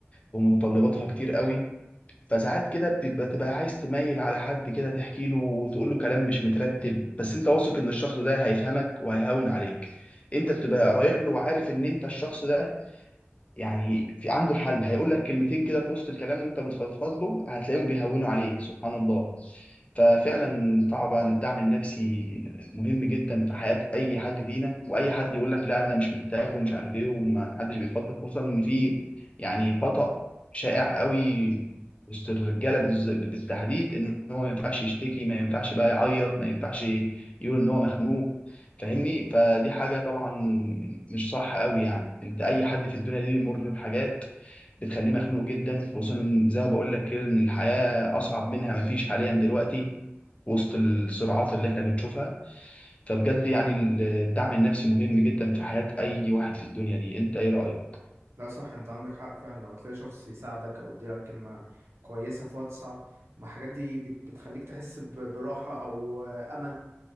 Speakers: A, on the left; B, on the right.
A: ومتطلباتها كتير قوي فساعات كده بتبقى تبقى عايز تميل على حد كده تحكي له وتقول له كلام مش مترتب بس انت واثق ان الشخص ده هيفهمك وهيهون عليك انت بتبقى رايح له وعارف ان انت الشخص ده يعني في عنده الحل هيقول لك كلمتين كده في وسط الكلام وانت بتفضفض له هتلاقيهم بيهونوا عليك سبحان الله ففعلا طبعا الدعم النفسي مهم جدا في حياة اي حد فينا واي حد يقول لك لا انا مش محتاج ومش عارف ايه وما حدش بيفضفض خصوصا ان في يعني خطأ شائع قوي وسط الرجاله بالز- بالتحديد ان هو ما ينفعش يشتكي ما ينفعش بقى يعيط ما ينفعش يقول ان هو مخنوق فاهمني فدي
B: بالظبط
A: حاجة طبعا مش صح قوي يعني انت اي حد في الدنيا دي بيمر بحاجات بتخليه مخنوق جدا خصوصا إن زي ما بقول لك كده ان الحياة اصعب منها ما فيش حاليا دلوقتي وسط الصراعات اللي احنا بنشوفها فبجد يعني الدعم النفسي مهم جدا في حياة اي واحد في الدنيا دي انت ايه رأيك؟
B: لا صح انت عندك حق فعلا لما تلاقي شخص يساعدك او يديلك كلمة كويسة في وقت صعب ما الحاجات دي بت- بتخليك تحس ب- براحة او امل